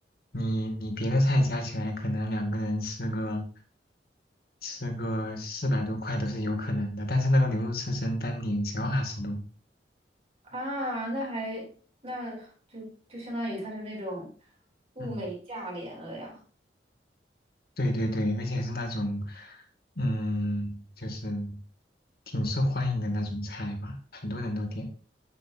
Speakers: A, on the left; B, on the right.
A: 你你别的菜加起来，可能两个人吃个吃个四百多块都是有可能的，但是那个牛肉刺身单点只要二十多。
B: 啊，那还那就就相当于它是那种物美价廉了呀。
A: 嗯，对对对，而且是那种嗯，就是挺受欢迎的那种菜吧，很多人都点。